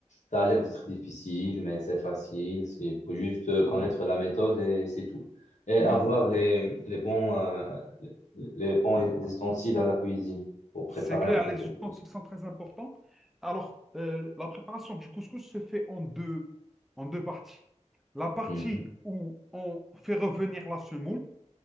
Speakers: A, on the left; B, in the centre.
A: ça a l'air d'être difficile, mais c'est facile. c'est- Il faut juste euh,
B: Oui.
A: connaître la méthode et c'est tout. Et
B: Oui.
A: avoir les, les bons euh, les les bons ustensiles à la cuisine pour préparer
B: C'est clair,
A: un bon
B: les
A: couscous.
B: ustensiles sont très importants. Alors, euh, la préparation du couscous se fait en deux, en deux parties. La partie
A: Mhm,
B: où on fait revenir la semoule